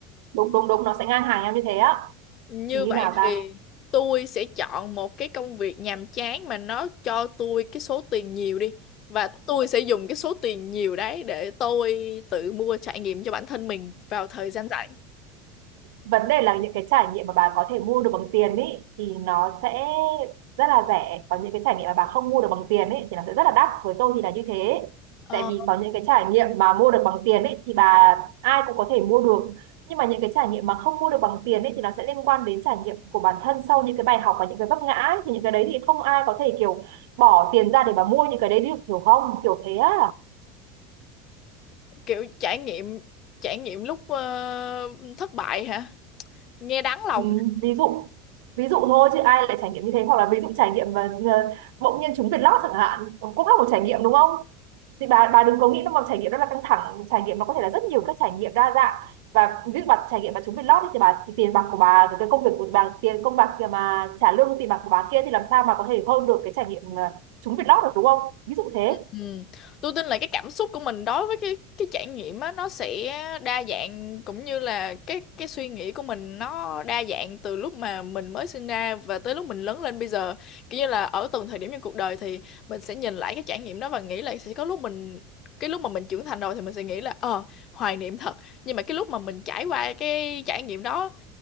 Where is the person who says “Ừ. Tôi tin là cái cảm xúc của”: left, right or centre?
Left